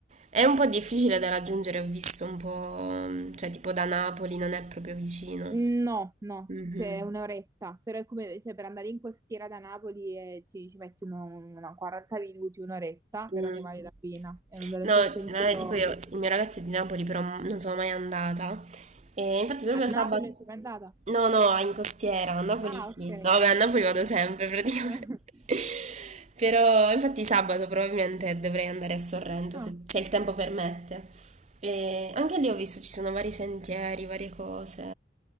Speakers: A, on the right (about 40°); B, on the right (about 15°).
A: È un po' difficile da raggiungere, ho visto un po', mm, cioè tipo da Napoli non è proprio vicino.
B: No, no,
A: Mhm.
B: cioè un'oretta, però è come cioè, per andare in costiera da Napoli eh, ci, ci metti uno, una 40 minuti, un'oretta,
A: Mm.
B: però ne vale la pena. È un veramente
A: No,
B: un pensiero.
A: eh, tipo io, il mio ragazzo è di Napoli, però non sono mai andata. E infatti proprio
B: A
A: sabato...
B: Napoli è mai andata?
A: No, no, in costiera, a Napoli
B: Ah,
A: sì.
B: ok.
A: No, beh, a Napoli vado sempre praticamente.
B: <laughs>
A: <laughs> Però infatti sabato probabilmente dovrei andare a Sorrento,
B: Ah,
A: se, se il tempo permette. E anche lì ho visto ci sono vari sentieri, varie cose.